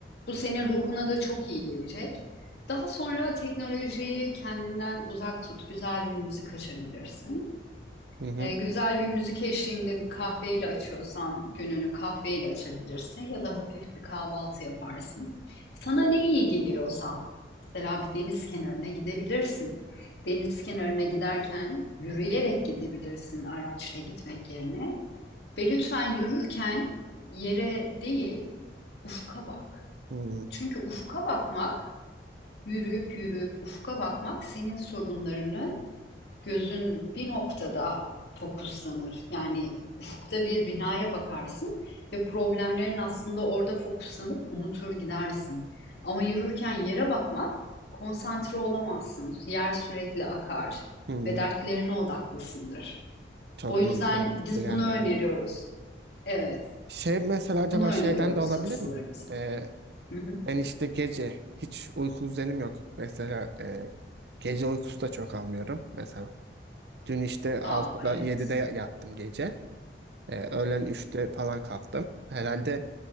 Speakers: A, on the left (about 70°); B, on the right (about 65°).
A: Bu senin ruhuna da çok iyi gelecek. Daha sonra teknolojiyi kendinden uzak tut, güzel bir müzik açabilirsin.
B: Hı hı.
A: E, güzel bir müzik eşliğinde bir kahveyle açıyorsan gününü kahveyle açabilirsin ya da hafif bir kahvaltı yaparsın. Sana ne iyi geliyorsa mesela bir deniz kenarına gidebilirsin. Deniz kenarına giderken yürüyerek gidebilirsin araçla gitmek yerine ve lütfen yürürken yere değil ufka bak.
B: Hı hı.
A: Çünkü ufka bakmak, yürüyüp yürüyüp ufka bakmak senin sorunlarını gözün bir noktada fokuslanır. Yani ufukta bir binaya bakarsın ve problemlerin aslında orada fokuslanıp unutur gidersin. Ama yürürken yere bakmak konsantre olamazsın. Yer sürekli akar
B: Hı hı.
A: ve dertlerine odaklısındır.
B: Çok
A: O yüzden
B: man- mantıklı
A: biz
B: yerler.
A: bunu öneriyoruz. Evet,
B: Şey mesela acaba
A: bunu öneriyoruz
B: şeyden de olabilir
A: hastalarımıza.
B: mi? Ee,
A: Hı hı.
B: ben işte gece hiç uyku düzenim yok. Mesela e, gece uykusu da çok almıyorum mesela. Dün işte 6'da
A: Aa, evet,
B: 7'de yattım gece. Ee, öğlen üçte falan kalktım. Herhalde